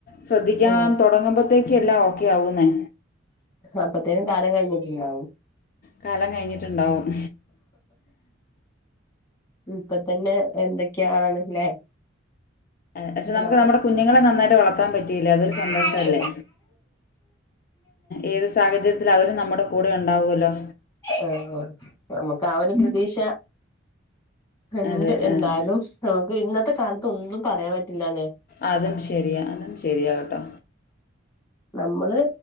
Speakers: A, on the left (about 45°); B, on the left (about 20°).
A: ശ്രദ്ധിക്കാൻ
B: ആഹ്
A: തതൊ ടങ്ങുമ്പോത്തേക്കല്ലാ ഓക്കെ ആവുന്നേ
B: അപ്പത്തേനും കാലം കഴിഞ്ഞിട്ടുണ്ടാവും.
A: കാലം കഴിഞ്ഞിട്ടുണ്ടാവും.
B: ഇപ്പ തന്നെ എന്തൊക്കെയാണ് ല്ലേ
A: പക്ഷെ നമുക്ക്
B: നാളെ
A: നമ്മുടെ കുഞ്ഞുങ്ങളെ നന്നായിട്ട് വളർത്താൻ പറ്റിയില്ലേ അതൊരു
B: ആഹ്
A: സന്തോഷ അല്ലേ ഏത് സാഹചര്യത്തിൽ അവര് നമ്മുടെ കൂടെ ഉണ്ടാവൊല്ലോ
B: ആ നമുക്ക് ആ ഒരു പ്രതീക്ഷ എന്ത്
A: അതെ
B: എന്താലും
A: അതെ
B: നമുക്ക് ഇന്നത്തെ കാലത്ത് ഒന്നും പറയാൻ പറ്റില്ലന്നെ
A: അതും ശരിയാ അതും ശരിയാകട്ടോ
B: നമ്മള്